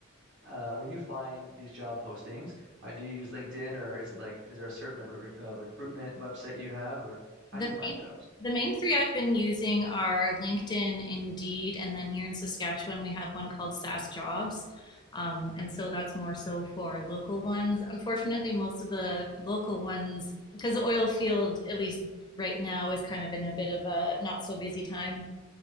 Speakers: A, on the right; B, on the left.
A: uh, when you find these job postings, uh, do you use LinkedIn or is it like, is there a certain like, re uh, recruitment website you have or how
B: The
A: do you find
B: main,
A: jobs?
B: the main three I've been using are LinkedIn, Indeed, and then here in Saskatchewan, we have one called SAS Jobs. Um, and so that's more so for local ones. Unfortunately, most of the local ones, because the oil field, at least right now, is kind of in a bit of a not so busy time.